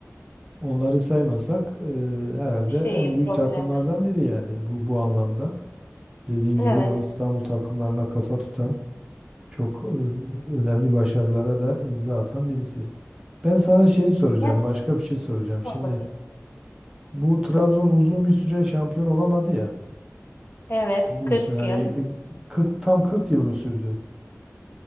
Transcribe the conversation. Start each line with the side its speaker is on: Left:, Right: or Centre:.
Right: Onları saymasak e, herhalde
Left: şeyi
Right: en
Left: problemi.
Right: büyük takımlardan biri yani bu bu anlamda. Dediğin
Left: Evet.
Right: gibi o İstanbul takımlarına kafa tutan çok e, önemli başarılara da imza atan birisi. Ben sana şeyi soracağım,
Left: Evet,
Right: başka bir şey soracağım.
Left: sor
Right: Şimdi
Left: bakayım.
Right: bu Trabzon uzun bir süre şampiyon olamadı ya
Left: Evet,
Right: biliyorsun
Left: kırk
Right: yani
Left: yıl.
Right: bir 40 tam 40 yıl mı sürdü?